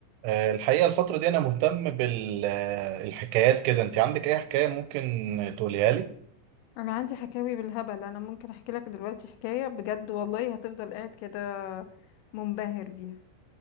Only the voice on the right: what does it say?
آه، الحقيقة الفترة دي أنا مهتم بالحكايات كده أنت عندك أي حكاية ممكن تقوليها لي؟